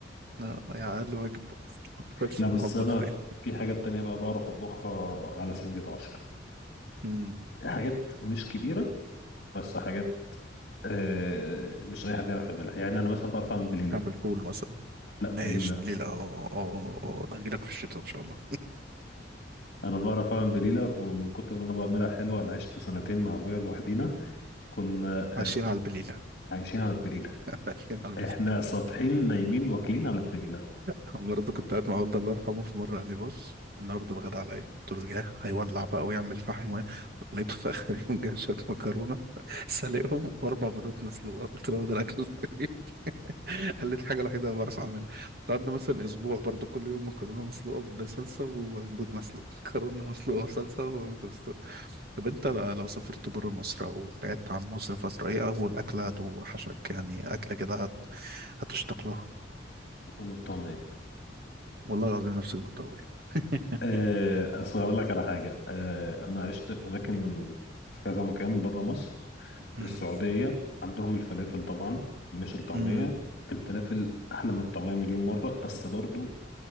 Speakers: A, on the right; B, on the left.
A: آه، يعني اقل واجب <laughs> ما تدخلش
B: لا
A: في
B: بس
A: المطبخ
B: أنا
A: تاني
B: في حاجات تانية بقى بعرف أطبخها على سنجة عشرة
A: امم
B: حاجات مش كبيرة بس حاجات آه، مش أي حد يعرف يعملها يعني أنا مثلا بعرف أعمل بليلة
A: تعمل فول مثلا
B: لا
A: ماشي
B: بليلة
A: بليلة اه اه اه آه. انا هجيلك في الشتاء ان شاء الله
B: انا بعرف اعمل بليله ومن كتر ما انا بعملها حلوه انا عشت سنتين مع ابويا لوحدينا كنا
A: عايشين
B: آه،
A: على البليلة
B: عايشين على البليله
A: عايشين على البليلة
B: احنا صابحين نايمين واكلين على البليله
A: <laughs> برضه كنت قاعد مع والدي الله يرحمه في مرة قال لي بص النهارده الغدا عليا قلت له ياه هيولع بقى ويعمل فحم و- <laughs> لقيته في اخر يوم جاب شوية مكرونة <laughs> سلقهم واربع بيضات مسلوقة قلت له هو ده الاكل <laughs> <laughs> قالت الحاجة الوحيدة اللي بعرف أعملها قعدنا مثلا أسبوع برضو كل يوم مكرونة مسلوقة بصلصة وبيض مسلوق <laughs> مكرونة مسلوقة بصلصة وبيض مسلوق طب أنت لو سافرت برا مصر أو بعدت عن مصر فترة إيه أول أكلة هتوحشك يعني أكلة كده هت... هتشتاق لها
B: الفول والطعميه
A: والله العظيم نفس اللي كنت أقوله <laughs>
B: آه، اصل هقول لك على حاجه آه، انا عشت في اماكن في كذا مكان بره مصر
A: أمم،
B: السعوديه عندهم الفلافل طبعا مش الطعميه
A: أمم.
B: الفلافل احلى من الطعميه مليون مره بس برضو